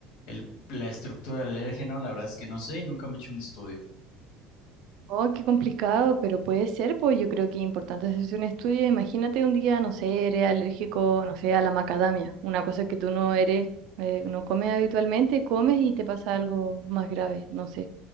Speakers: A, on the left (about 80°); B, on the right (about 55°).
A: el- la estructura del alérgeno, la verdad es que no sé y nunca me he hecho un estudio.
B: Oh, qué complicado, pero puede ser, pues yo creo que es importante hacerse un estudio. Imagínate un día, no sé, eres alérgico, no sé, a la macadamia, una cosa que tú no eres, eh, no comes habitualmente, comes y te pasa algo más grave, no sé.